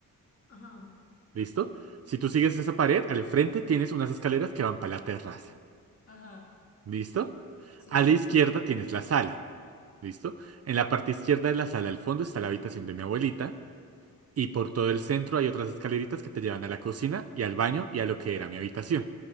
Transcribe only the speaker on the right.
¿Listo? Si tú sigues esa pared, al frente tienes unas escaleras que van para la terraza,
¿listo?
A
la izquierda tienes la sala, ¿listo? En la parte izquierda de la sala, al fondo, está la habitación de mi abuelita y por todo el centro hay otras escaleritas que te llevan a la cocina y al baño y a lo que era mi habitación,